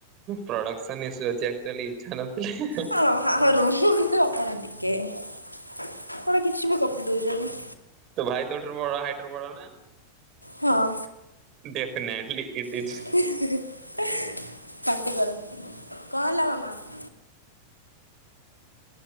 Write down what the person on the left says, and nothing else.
ହଁ ହଁ ରୁହଁନ୍ତୁ ଆପଣ ଟିକେ କଣ କିଛି ବି ଗପି ଦଉଛନ୍ତିଛନ୍ତି।
ହଁ।
ପାଟି କରନା କଣ ହେଲା ମାମା?